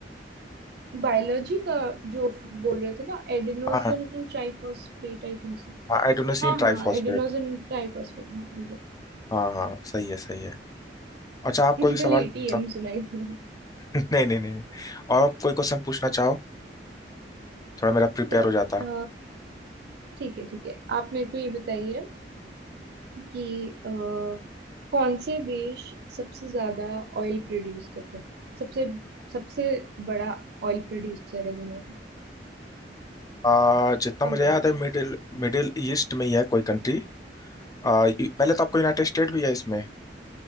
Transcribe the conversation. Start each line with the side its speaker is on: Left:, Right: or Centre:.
Right: बायोलॉजी का जो बोल रहे थे ना adenosine
Left: हाँ
Right: triphosphate I think so
Left: हाँ आइडोनोसिन
Right: हाँ
Left: ट्राइफॉस्फेट
Right: हाँ हाँ एडिनोसिन ट्राइफॉस्फेट हाँ इधर
Left: हाँ हाँ सही है सही है अच्छा आप
Right: मुझे
Left: कोई
Right: पहले
Left: सवाल
Right: एटीएम
Left: पूछा <laughs>
Right: सुनाई थी
Left: नहीं नहीं नहीं नहीं। और आप कोई क्वेश्चन पूछना चाहो थोड़ा मेरा प्रिपेयर
Right: ठीक है
Left: हो जाता
Right: अ, ठीक है ठीक है आप मेरे को ये बताइए कि अ, कौन से देश सबसे ज्यादा ऑयल प्रोड्यूस करते हैं सबसे सबसे बड़ा ऑयल प्रोड्यूसर है दुनिया का
Left: आ, जितना
Right: कौन
Left: मुझे
Right: सा
Left: याद
Right: देश
Left: है मिडिल मिडिल ईस्ट में ही है कोई कंट्री आ, ये- पहले तो आपको यूनाइटेड स्टेट भी है इसमें